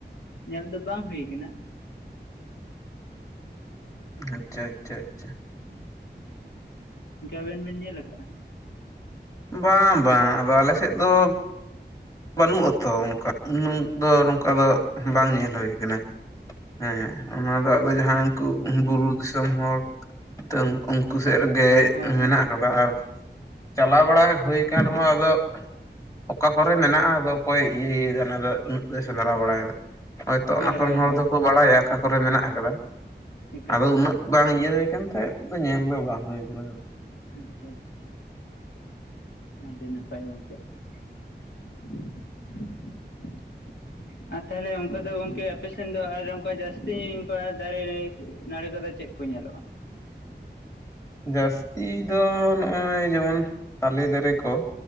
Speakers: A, on the left; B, on the left.
A: ᱧᱮᱞ ᱫᱚ ᱵᱟᱝ ᱦᱳᱭ ᱠᱟᱱᱟ᱾
B: ᱟᱪᱪᱷᱟ ᱟᱪᱪᱷᱟ ᱟᱪᱪᱷᱟ᱾
A: ᱚᱝᱠᱮ ᱟᱵᱮᱱ ᱵᱤᱱ ᱧᱮᱞ ᱠᱟᱜᱼᱟ?
B: ᱵᱟᱝ ᱵᱟᱝ, ᱟᱫᱚ ᱟᱞᱮᱥᱮᱫ ᱫᱚ ᱵᱟᱹᱱᱩᱜ ᱟᱛᱚ ᱚᱝᱠᱟ ᱩᱱᱟᱹᱝ ᱫᱚ ᱱᱚᱝᱠᱟ ᱫᱚ
A: ᱟᱪᱪᱷᱟ
B: ᱵᱟᱝ ᱧᱮᱞ
A: ᱟᱪᱪᱷᱟ
B: ᱦᱳᱭ ᱠᱟᱱᱟ᱾ ᱦᱮᱸ ᱚᱱᱟ ᱫᱚ ᱟᱫᱚ ᱡᱟᱦᱟᱸᱭ
A: ᱟᱪᱪᱷᱟ
B: ᱩᱝᱠᱩ ᱵᱩᱨᱩ ᱫᱤᱥᱚᱢ ᱦᱚᱲ <unintelligible> ᱩᱝᱠᱩ ᱥᱮᱜ ᱨᱮᱜᱮ
A: ᱦᱳᱭ
B: ᱢᱮᱱᱟᱜᱼᱟ᱾
A: ᱦᱳᱭ
B: ᱠᱟᱫᱟ ᱟᱨ ᱪᱟᱞᱟᱣ ᱵᱟᱲᱟ ᱦᱳᱭ ᱠᱟᱱ ᱨᱮᱦᱚᱸ ᱟᱫᱚ ᱚᱠᱟ ᱠᱚ ᱢᱮᱱᱟᱜᱼᱟ ᱟᱫᱚ ᱚᱠᱚᱭ ᱤᱭᱟᱹᱭ ᱫᱟ ᱩᱱᱟᱹᱜ ᱫᱚ ᱥᱮᱸᱫᱽᱨᱟ ᱵᱟᱲᱟᱭ ᱫᱟ ᱦᱚᱭᱛᱚ
A: ᱦᱳᱭ
B: ᱚᱱᱟ ᱠᱚᱨᱮᱱ
A: ᱦᱳᱭ
B: ᱦᱚᱲ
A: ᱦᱳᱭ
B: ᱫᱚ ᱠᱚ ᱵᱟᱲᱟᱭᱟ ᱟᱠᱟ ᱠᱚᱨᱮ ᱢᱮᱱᱟᱜ ᱟᱠᱟᱫᱟ᱾
A: ᱮᱠᱟᱞ
B: ᱟᱫᱚ
A: ᱮᱠᱟᱞ
B: ᱩᱱᱟᱹᱜ ᱵᱟᱝ ᱤᱭᱟᱹ ᱦᱩᱭ ᱠᱟᱱᱛᱮ ᱧᱮᱞ ᱫᱚ ᱵᱟᱝ ᱦᱳᱭ ᱠᱟᱱᱟ᱾
A: ᱟᱪᱪᱷᱟ ᱟᱪᱪᱷᱟ ᱟᱹᱰᱤ ᱱᱟᱯᱟᱭ ᱜᱚᱝᱠᱮ <unintelligible> ᱟᱨ ᱛᱟᱦᱟᱞᱮ ᱚᱱᱠᱟ ᱫᱚ ᱜᱚᱝᱠᱮ ᱟᱯᱮ ᱥᱮᱱ ᱫᱚ ᱟᱨ ᱚᱱᱠᱟ ᱡᱟᱹᱥᱛᱤ ᱚᱱᱠᱟ ᱫᱟᱨᱮ ᱨᱮ ᱱᱟᱲᱤᱹ ᱠᱚᱫᱚ ᱪᱮᱫ ᱠᱚ ᱧᱮᱞᱚᱜᱼᱟ?
B: ᱡᱟᱥᱛᱤ ᱫᱚ ᱱᱚᱜᱼᱚᱭ ᱡᱮᱢᱚᱱ ᱛᱟᱞᱮ ᱫᱟᱨᱮ ᱠᱚ